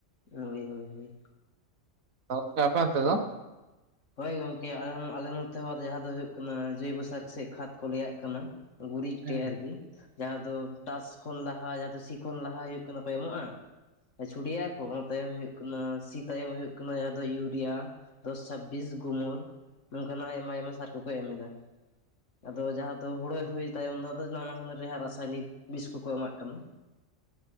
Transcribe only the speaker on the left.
ᱦᱳᱭ ᱦᱳᱭ ᱦᱳᱭ
ᱦᱳᱭ ᱜᱚᱝᱠᱮ ᱟᱞᱮ ᱱᱚᱛᱮ ᱦᱚᱸᱡᱟᱦᱟᱸ ᱫᱚ ᱦᱳᱭᱳᱜ ᱠᱟᱱᱟ ᱡᱳᱭᱵᱚᱥᱟᱨᱠ ᱥᱮ ᱠᱷᱟᱫᱽ ᱠᱚ ᱞᱟᱹᱭᱟᱜ ᱠᱟᱱᱟ ᱜᱩᱨᱤᱡ
ᱴᱮᱡ ᱟᱨᱠᱤ ᱡᱟᱦᱟᱸ ᱫᱚ ᱴᱟᱥ ᱠᱷᱚᱱ ᱞᱟᱦᱟ ᱡᱟᱦᱟᱸ ᱥᱤ ᱠᱷᱚᱱ ᱞᱟᱦᱟ ᱦᱩᱭᱳᱜ ᱠᱟᱱᱟ ᱠᱚ ᱮᱢᱚᱜ-ᱟ ᱪᱷᱩᱲᱤᱭᱟ ᱠᱚ ᱚᱱᱟ ᱛᱟᱭᱚᱢ ᱦᱩᱭᱩᱜ ᱠᱟᱱᱟ ᱥᱤ ᱛᱟᱭᱚᱢ ᱦᱩᱭᱩᱜ ᱠᱟᱱᱟ ᱡᱟᱦᱟᱸ ᱫᱚ ᱤᱭᱩᱨᱤᱭᱟ ᱪᱷᱟᱵᱤᱥ ᱜᱩᱢᱩᱨ ᱱᱚᱝᱠᱟᱱᱟᱜ ᱟᱭᱢᱟ ᱟᱭᱢᱟ ᱥᱟᱨ ᱠᱚᱠᱚ ᱮᱢ ᱮᱫᱟ ᱟᱫᱚ ᱡᱟᱦᱟᱸ ᱫᱚ ᱦᱳᱲᱳ ᱦᱩᱭ ᱛᱟᱭᱚᱢ ᱱᱟᱱᱟ ᱦᱩᱱᱟᱹᱨ ᱨᱟᱥᱟᱭᱚᱱᱤᱠ ᱵᱤᱥ ᱠᱚᱠᱚ ᱮᱢᱟᱜ ᱠᱟᱱᱟ